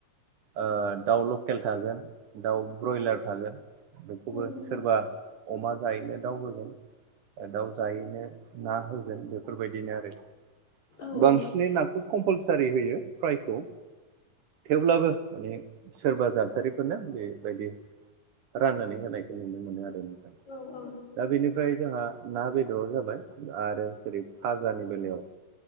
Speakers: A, on the right; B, on the left.
A: ओ दाउ लकेल थागोन दाउ ब्रयलार थागोन बेखौबो
B: उम उम
A: सोरबा अमा जायैनो दाउ होगोन ओ दाउ जायैनो ना होगोन बेफोरबायदिनो आरो।
B: औ
A: बांसिनै
B: औ
A: नाखौ कम्पालसारि होयो फ्रायखौ थेवब्लाबो माने सोरबा जथारिफोरनो बेबायदि राननानै होनायखौ नुनो मोनो आरो नोंथां।
B: औ - औ।
A: दा बेनिफ्राय जोंहा ना, बेदर जाबाय आरो जेरै फाजानि बेलायाव